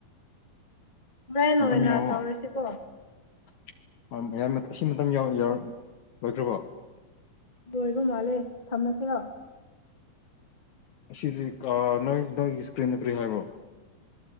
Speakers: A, on the left; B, on the left.
A: ꯍꯣꯔꯦꯟ
B: ꯃꯇꯝ
A: ꯑꯣꯏꯅ
B: ꯌꯥꯎꯋꯣ
A: ꯇꯧꯔꯤꯁꯤꯀꯣ
B: <unintelligible> ꯑꯁꯤ ꯃꯇꯝ ꯌꯧꯔꯛ ꯌꯧꯔꯛ ꯂꯣꯏꯗ꯭ꯔꯣꯕꯣ
A: ꯂꯣꯏꯕ ꯃꯥꯜꯂꯦ ꯊꯝꯃꯁꯤꯔꯣ
B: ꯑꯁꯤꯁ ꯅꯣꯏ ꯅꯣꯏꯒꯤ ꯏꯁꯀ꯭ꯔꯤꯟꯗ ꯀꯔꯤ ꯍꯥꯏꯕꯣ